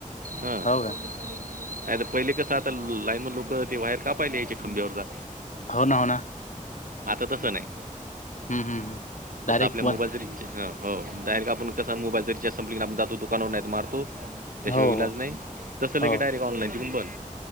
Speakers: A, on the right; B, on the left.
A: हा नायत
B: हो का
A: पहिले कसं आता लाईन मधे लोक ते वायर कापायला यायाचे खांब्यावरचा
B: हो ना हो ना
A: आता तसं नाही
B: हम्म हम्म हम्म.
A: जस
B: डायरेक्ट
A: आपल्या
B: वन
A: मोबाईलचा रिचार्ज ह हो डारेक्ट आपण कसा मोबाईलचा रिचार्ज संपली आपण जातो दुकावर नाय त मारतो. त्याशिवाय
B: हो
A: विलाज
B: हो
A: नाही तस लगेच
B: हो
A: डायरेक्ट ऑनलाईन तिकून बंद